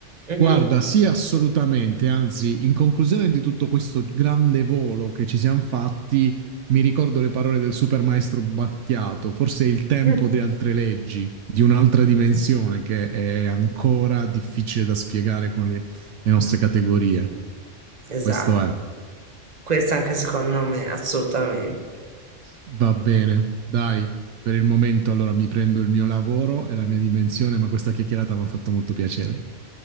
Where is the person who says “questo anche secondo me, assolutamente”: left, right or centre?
Right